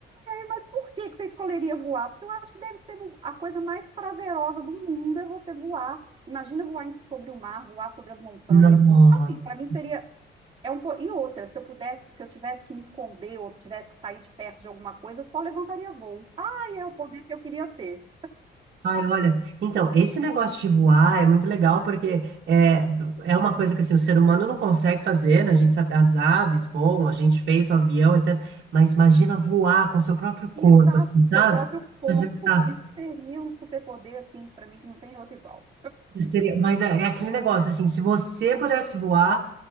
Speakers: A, on the right (about 30°); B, on the right (about 65°).
A: Mas por que que você escolheria voar? Porque eu acho que deve ser a coisa mais prazerosa do mundo é você voar. Imagina voar em- sobre o mar, voar sobre as montanhas.
B: Nossa.
A: Assim, para mim seria é um po- e outra, se eu pudesse, se eu tivesse que me esconder ou tivesse que sair de perto de alguma coisa, eu só levantaria voo. Ai, é o poder que eu queria ter.
B: Ai, olha, então, esse negócio de voar é muito legal porque é, é uma coisa que assim, o ser humano não consegue fazer, né? A gente sabe, as aves voam, a gente fez o avião, etc. Mas imagina voar com seu próprio
A: Exato,
B: corpo, assim,
A: o
B: sabe?
A: seu próprio corpo.
B: Às vezes tá,
A: Por isso que seria um superpoder assim, para mim que não tem outro igual.
B: seria- mas é, é aquele negócio, assim, se você pudesse voar,